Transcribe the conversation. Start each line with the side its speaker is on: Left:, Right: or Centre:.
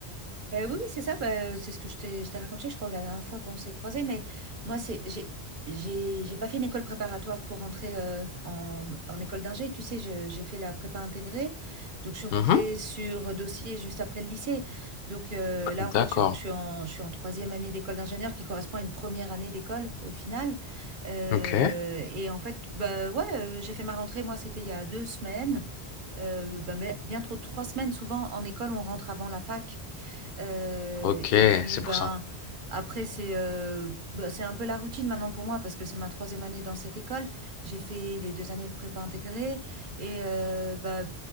Right: Euh, oui, oui, c'est ça, bah, euh, c'est ce que je t'ai je t'ai raconté, je crois, la dernière fois qu'on s'est croisés, mais moi, c'est, j'ai, j'ai j'ai pas fait une école préparatoire pour rentrer euh, en, en école d'ingé, tu sais, je- j'ai fait la prépa intégrée, donc je suis rentrée
Left: Mhm.
Right: sur dossier juste après le lycée, donc euh, là,
Left: D'accord.
Right: en fait, je, suis je suis en, je suis en troisième année d'école d'ingénieur qui correspond à une première année d'école, au final, Euh,
Left: Ok.
Right: et en fait, bah, ouais, euh, j'ai fait ma rentrée, moi, c'était il y a deux semaines, Euh, bah, mais bien trop, de trois semaines, souvent, en école, on rentre avant la fac. Euh,
Left: Ok,
Right: et puis,
Left: c'est
Right: ben,
Left: pour ça.
Right: après, c'est euh, ben, c'est un peu la routine maintenant pour moi parce que c'est ma troisième année dans cette école. J'ai fait les deux années de prépa intégrée. Et euh, ben,